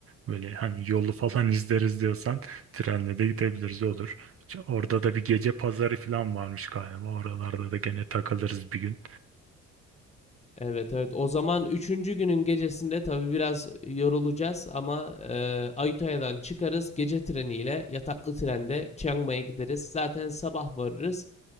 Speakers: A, on the right (about 50°); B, on the left (about 20°).
A: böyle hani yolu falan <laughs> izleriz diyorsan trenle de gidebiliriz olur. Orada da bir gece pazarı falan varmış galiba oralarda da gene takılırız bir gün.
B: Evet evet o zaman üçüncü günün gecesinde tabii biraz yorulacağız ama e, Ayutthaya'dan çıkarız gece treniyle yataklı trende Chiang Mai'ye gideriz. Zaten sabah varırız.